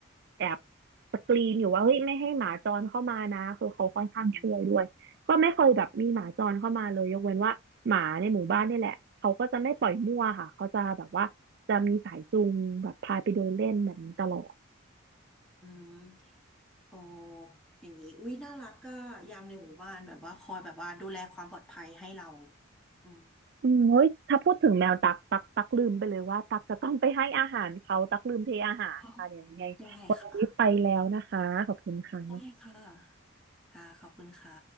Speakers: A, on the right; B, in the centre.
A: แอบสกรีนอยู่ว่าเฮ้ยไม่ให้หมาจรเข้ามานะคือเขาค่อนข้างช่วยด้วยก็ไม่เคยแบบมีหมาจรเข้ามาเลยยกเว้นว่าหมาในหมู่บ้านนี่แหละเขาก็จะไม่ปล่อยมั่วค่ะเขาจะแบบว่าจะมีสายจูงแบบพาไปเดินเล่นแบบนี้ตลอด
B: อืมอืม โอ้อย่างนี้อุ้ยน่ารักก็ยามในหมู่บ้านแบบว่าคอยแบบว่าดูแลความปลอดภัยให้เราอืม
A: อืมเฮ้ย ถ้าพูดถึงแมวตัก ตักตักลืมไปเลยว่าตักจะต้องไปให้อาหารเขาตักลืมเทอาหารค่ะเดี๋ยวยังไงวันนี้ไปแล้วนะคะขอบคุณค่ะ
B: อ๋อได้ค่ะได้ค่ะค่ะขอบคุณค่ะ